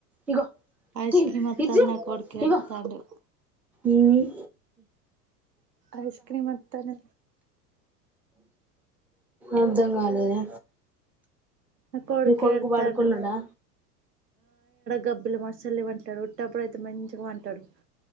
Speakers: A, in the centre; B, on the right.
A: ఇగో
B: ఐస్
A: తిను
B: క్రీమ్ వత్తాంది
A: ఇది
B: నా కొడుకు
A: తిను
B: ఏడుత్తాండు
A: ఇగో ఊ మ్
B: ఐస్ క్రీమ్ అత్తనే
A: అర్థం కాలేదే
B: నా కొడుకు
A: మీ
B: ఎడుతాండు
A: పడుకున్నడా
B: గబ్బులు మసలి వంటాడు ఉటప్పుడయితే మంచిగా పంటాడు